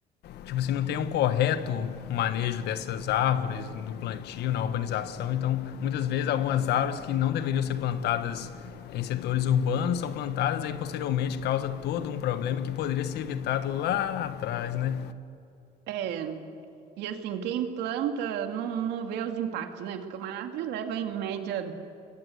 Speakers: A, on the left (about 75°); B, on the right (about 85°).
A: tipo assim, não tem um correto manejo dessas árvores no plantio, na urbanização. Então, muitas vezes algumas árvores que não deveriam ser plantadas em setores urbanos são plantadas e posteriormente causa todo um problema que poderia ser evitado lá atrás, né?
B: É. E assim, quem planta não, não vê os impactos, né? Porque uma árvore leva em média